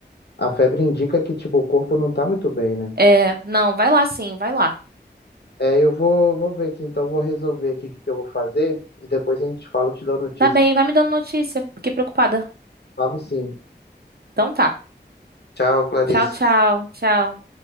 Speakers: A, on the left; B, on the right.
A: A febre indica que, tipo, o corpo não tá muito bem, né?
B: É, não, vai lá sim, vai lá.
A: É, eu vou, vou ver aqui, então vou resolver aqui o que eu vou fazer e depois a gente fala, eu te dou notícias.
B: Tá bem, vai me dando notícia. Fiquei preocupada.
A: Falo sim.
B: Então tá.
A: Tchau, Clarice.
B: Tchau, tchau, tchau.